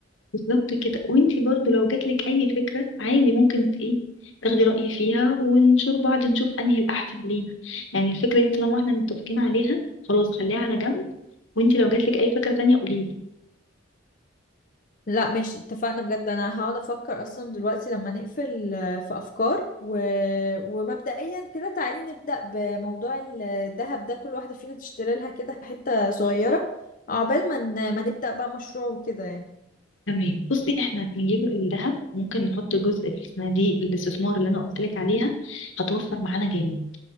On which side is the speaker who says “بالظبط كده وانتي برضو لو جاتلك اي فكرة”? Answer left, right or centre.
Left